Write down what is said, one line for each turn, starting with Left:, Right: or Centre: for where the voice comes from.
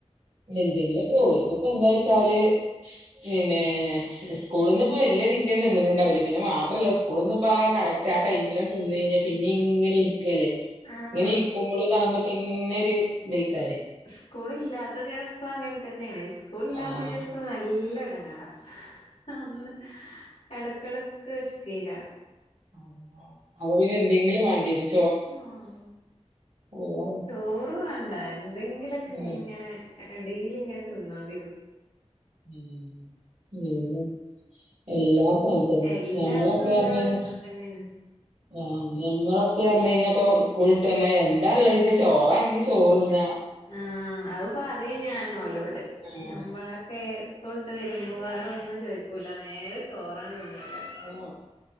Right: എന്തെങ്കിലൊക്കെ ഓരു‌ക്കിപ്പോ എന്തായ് വച്ചാല് പിന്നേ സ്കൂളീന്നിപ്പ വല്യ തീറ്റയൊന്നും തിന്നലെണ്ടാവില്ല പിന്നെ മാത്രല്ല സ്കൂളീന്നിപ്പ ആ കറക്റ്റ് ആ ടൈമിലട് തിന്ന് കഴിഞ്ഞാ പിന്നെ ഇങ്ങനെ ഇരിക്കല്ലേ
Left: ആഹ്
Right: ഇങ്ങനെ ഇരിക്കുമ്പള് ഇതാകുമ്പോ തന്നെര് ഇതേക്കാര്
Left: സ്കൂൾ ഇല്ലാത്ത ദിവസം അങ്ങനെ തന്നേണ് സ്കൂൾ ഇല്ലാത്ത
Right: ആഹ്
Left: ദിവസം നല്ല എടങ്ങേറാ ഒന്ന് എടക്ക് എടക്ക് വെശക്കീകാരം
Right: അഹ് അപ്പപിന്നെ എന്തെങ്കിലും വേണ്ടിവരും
Left: ആഹ്
Right: അതാണ്
Left: ചോറ് വേണ്ട എന്തെങ്കിലൊ‌ക്കിങ്ങനെ
Right: ഉം
Left: എടീലിങ്ങനെ തിന്നോണ്ടിരുന്ന്
Right: ഉം അതന്നെ എല്ലാർക്കും <unintelligible> തന്നെ
Left: എല്ലായിടത്തും
Right: ഞമ്മളൊക്കെ
Left: ഇല്ല
Right: അറിഞ്ഞായിനി
Left: പ്രശ്നം തന്നെയാണ്
Right: ആഹ് ഞമ്മളൊക്കെ അറിഞ്ഞ്ഴിഞ്ഞാ ഇപ്പ സ്കൂളീ തന്നെ എന്താ എള്ളേച്ച ചോറാണെങ്കി ചോറിന്നാ
Left: ആഹ് അത് പറയും ഞാനോലോട്
Right: ആഹ്
Left: ഞമ്മളെ പ്പേ സ്കൂള് വിട്ട് വരുമ്പോ വേറൊന്നും ചോദിക്കൂല്ല നേരെ ചോറാ തിന്നാക്കേരം
Right: ഉം